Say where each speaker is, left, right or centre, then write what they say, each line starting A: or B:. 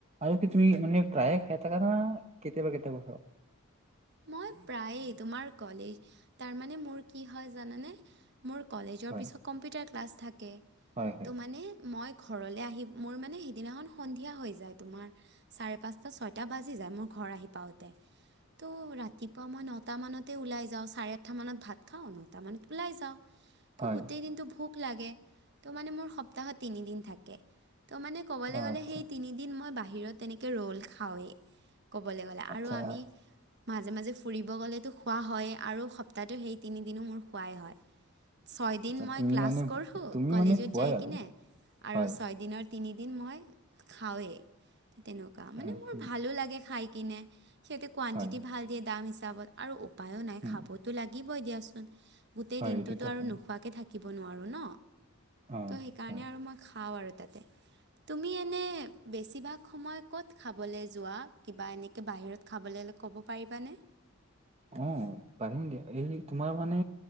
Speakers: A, on the right (about 30°); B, on the right (about 50°).
A: আৰু কি তুমি মানে প্ৰায়ে খাই থাকা না কেতিয়াবা কেতিয়াবা খোৱা হয়?
B: মই প্ৰায়ে তোমাৰ কলেজ তাৰমানে মোৰ কি হয় জানানে, মোৰ কলেজৰ
A: হয়
B: পিছত কম্পিউটাৰ ক্লাছ থাকে। ত'
A: হয় হয়
B: মানে মই ঘৰলৈ আহি মোৰ মানে সেইদিনাখন সন্ধিয়া হৈ যায়, তোমাৰ চাৰে পাঁচটা ছয়টা বাজি যায়। মোৰ ঘৰ ঘৰ আহি পাওঁতে। তো ৰাতিপুৱা মই নটামানতে ওলাই যাওঁ, চাৰে আঠটাামানত ভাত খাওঁ, নটামানত ওলাই যাওঁ। ত
A: হয়
B: গোটেই দিনটো ভোক লাগে, ত মানে মোৰ সপ্তাহত তিনিদিন থাকে। ত' মানে ক'বলৈ
A: অ
B: গ'লে
A: আচ্ছা
B: সেই তিনিদিন মই বাহিৰত তেনেকে ৰ'ল খাওঁৱেই। ক'বলৈ গ'লে
A: আচ্ছা
B: আৰু আমি মাজে মাজে ফুৰিব গ'লেতো খোৱা হয়। আৰু সপ্তাহটো সেই তিনিদিনো মোৰ খোৱাই হয়। ছয়দিন
A: আচ্ছা
B: মই
A: তুমি
B: ক্লাছ
A: মানে
B: কৰোঁ,
A: তুমি
B: কলেজত
A: মানে খোৱাই
B: যাই
A: আৰু
B: কিনে আৰু
A: হয়
B: ছয়দিনত তিনিদিন মই খাওৱেই। তেনেকুৱা মানে
A: অ'
B: মোৰ
A: সেই
B: ভালো লাগে খাই। কিনে সিহঁতে কোৱণ্টিটি
A: হয়,
B: ভাল দিয়ে দাম হিচাপত আৰু উপায়ো নাই
A: উম,
B: খাবতো লাগিবই দিয়াচোন। গোটেই
A: হয়
B: দিনটোতো
A: এইটোতো
B: আৰু
A: হয়,
B: নোখোৱাকে থাকিব নোৱাৰো ন।
A: অ'
B: ত' সেইকাৰণে
A: হয়।
B: আৰু মই খাওঁ আৰু।
A: <inaudible>
B: তাতে তুমি এনে বেছিভাগ সময় কত খাবলৈ যোৱা, কিবা এনেকে বাহিৰত খাবলৈ কব পাৰিবানে?
A: অ', পাৰিম দিয়া। এই তোমাৰ মানে